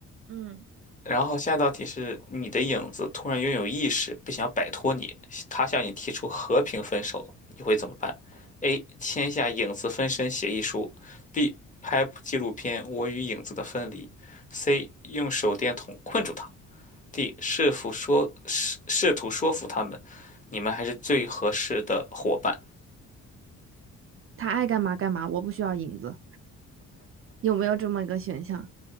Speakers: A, on the right; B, on the left.
A: 嗯，
B: 然后下一道题是你的影子突然拥有意识，不想摆脱你，他向你提出和平分手，你会怎么办？A. 签下影子分身协议书；B. 拍部纪录片《我与影子的分离》；C. 用手电筒困住他；D. 试图说试试图说服他们，你们还是最合适的伙伴。
A: 他爱干嘛干嘛，我不需要影子，有没有这么一个选项？